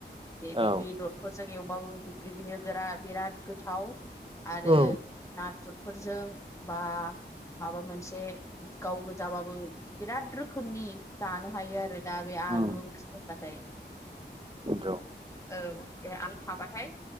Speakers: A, on the left (about 15°); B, on the right (about 30°).
A: जेरै
B: औ
A: बेदरफोरजों एवबाबो <unintelligible> गोरा बिराद गोथाव, आरो
B: औ
A: नाथुरफोरजों, बा माबा मोनसे गाव गोजाबाबो, बिराद रोखोमनि जानो हायो आरो दा बे आलु
B: उम
A: ओंख्रि होनबाथाय।
B: नंगौ
A: औ दे आं थाबाथाय